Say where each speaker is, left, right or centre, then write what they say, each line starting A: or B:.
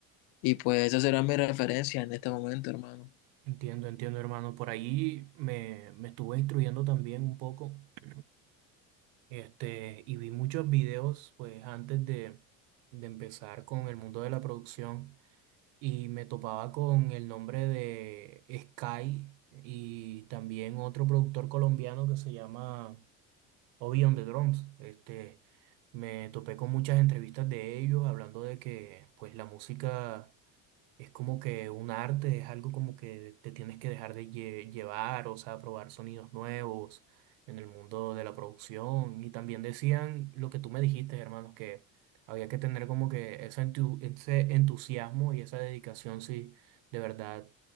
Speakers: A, on the left (about 70°); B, on the right (about 75°).
A: Y pues esa será mi referencia en este momento, hermano.
B: Entiendo, entiendo, hermano. Por ahí me, me estuve instruyendo también un poco <clears throat> Este, y vi muchos videos, pues, antes de, de empezar con el mundo de la producción y me topaba con el nombre de Sky y también otro productor colombiano que se llama Obi on the Drums. Este, me topé con muchas entrevistas de ellos hablando de que, pues, la música es como que un arte, es algo como que te tienes que dejar de lle- llevar, o sea, probar sonidos nuevos en el mundo de la producción. Y también decían lo que tú me dijiste, hermanos, que había que tener como que ese, entu- ese entusiasmo y esa dedicación si de verdad